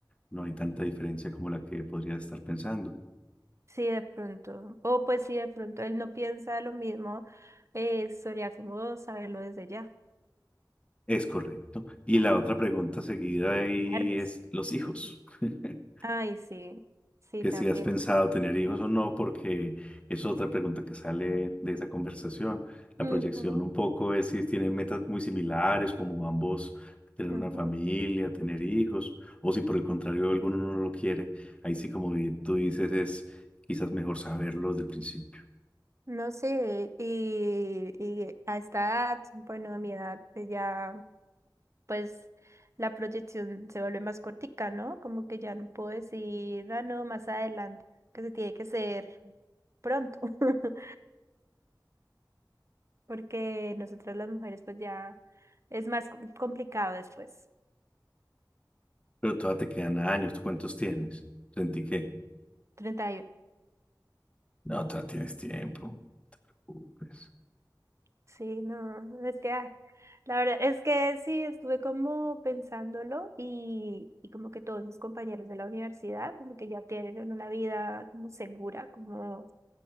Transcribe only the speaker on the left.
no hay tanta diferencia como la que podrías estar pensando.
Es correcto. Y
la otra pregunta seguida ahí
es los hijos.
<laughs>
Que
si has pensado tener hijos o no, porque es otra pregunta que sale de esa conversación. La
proyección un poco es si tienen metas muy similares, como ambos tener
una familia, tener hijos, o si por el contrario alguno no lo quiere. Ahí sí, como di- tú dices, es quizás mejor saberlo desde el principio.
Pero todavía te quedan años. ¿Tú cuántos tienes? Sentí que
no, todavía tienes tiempo. Uh, Pues.